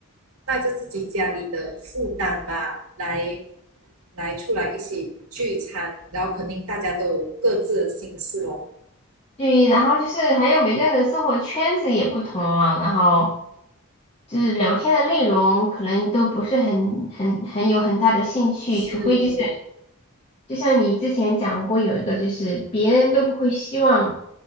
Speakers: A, on the right (about 75°); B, on the left (about 30°).
A: 带着自己家里的负担吧，来来出来一起聚餐，然后肯定大家都有各自的心事哦。
B: 对，然后就是还有每个人的生活圈子也不同了，然后就是聊天的内容可能都不是很很很有很大的兴趣，
A: 是，
B: 除非就是。就像你之前讲过，有一个就是别人都不会希望